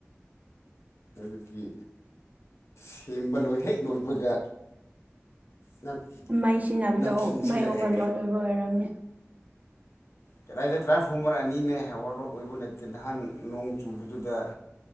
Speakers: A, on the left (about 75°); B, on the right (about 35°).
A: ꯑꯗꯨꯒꯤ ꯁꯦꯝꯕ ꯂꯣꯏ ꯍꯦꯛ ꯂꯣꯏꯕꯒ ꯅꯪ
B: ꯃꯩ ꯁꯤꯖꯤꯟꯅꯕꯗꯣ
A: ꯅꯪ ꯈꯤꯡꯁꯤꯜꯂꯛꯑꯦ
B: ꯃꯩ ꯑꯣꯚꯔꯂꯣꯗ ꯑꯣꯏꯕ ꯑꯣꯏꯔꯝꯃꯤ
A: ꯀꯗꯥꯏꯗ ꯇ꯭ꯔꯥꯟꯁꯐꯣꯔꯃꯔ ꯑꯅꯤꯅꯦ ꯑꯣꯕꯔꯂꯣꯗ ꯑꯣꯏꯕ ꯅꯠꯇꯦ ꯅꯍꯥꯟ ꯅꯣꯡ ꯆꯨꯕꯗꯨꯗ